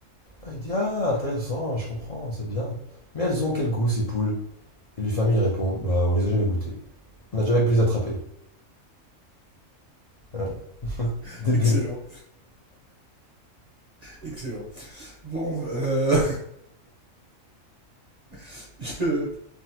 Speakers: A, on the left; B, on the right.
A: Ah, il dit ah intéressant, je comprends, c'est bien. Mais elles ont quel goût ces poules? Et le fermier il répond bah on les a jamais goûtées. On n'a jamais pu les attraper. Voilà.
B: <laughs>
A: C'est débile.
B: excellent, excellent. Bon, euh, <laughs> je-